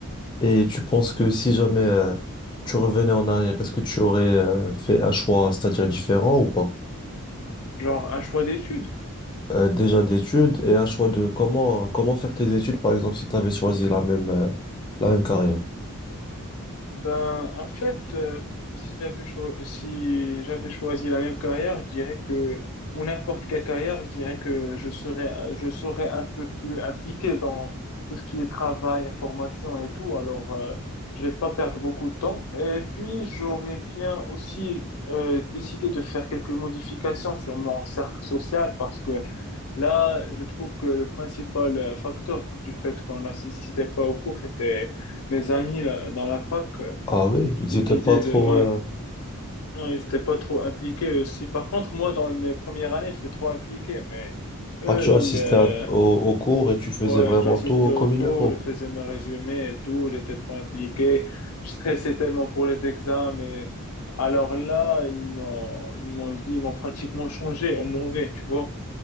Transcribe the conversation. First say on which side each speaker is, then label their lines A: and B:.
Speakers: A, on the left; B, on the left.
A: Et tu penses que si jamais euh, tu revenais en arrière, est-ce que tu aurais euh, fait un choix, c'est-à-dire différent ou pas?
B: Genre, un choix d'études.
A: Euh, déjà d'études et un choix de comment, comment faire tes études, par exemple, si tu avais choisi la même, euh, la même carrière.
B: Ben, en fait, euh, si j'avais cho- si j'avais choisi la même carrière, je dirais que, ou n'importe quelle carrière, je dirais que je serais, je serais un peu plus impliqué dans tout ce qui est travail, formation et tout. Alors, euh, je vais pas perdre beaucoup de temps. Et puis, j'aurais bien aussi euh, décidé de faire quelques modifications sur mon cercle social parce que là, je trouve que le principal euh, facteur du fait qu'on n'assistait pas au cours, c'était mes amis là, dans la fac.
A: Ah oui, ils
B: Ils
A: étaient
B: me disaient
A: pas trop...
B: de, ouais,
A: euh,
B: non, ils n'étaient pas trop impliqués aussi. Par contre, moi, dans mes premières années, j'étais trop impliqué, mais eux,
A: Ah, tu assistais
B: ils, euh,
A: à- au, au cours et tu faisais
B: ouais,
A: vraiment
B: j'assistais
A: tout
B: aux
A: comme
B: cours,
A: il le faut.
B: je faisais mes résumés et tout, j'étais trop impliqué. Je stressais tellement pour les examens. Et... Alors là, ils m'ont, ils m'ont, je dis, ils m'ont pratiquement changé au mauvais, tu vois.